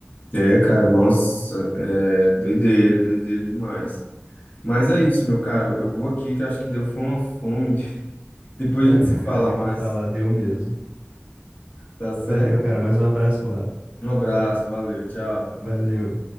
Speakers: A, on the left; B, on the right.
A: É, cara, nossa, é doideira, doideira demais. Mas é isso, meu caro, eu vou aqui que eu acho que deu foi uma fome. <laughs> Depois
B: <laughs>
A: a gente se fala
B: Caraca,
A: mais,
B: falar deu mesmo.
A: tá certo?
B: Valeu, cara, mais um abraço lá.
A: Um abraço, valeu, tchau.
B: Valeu.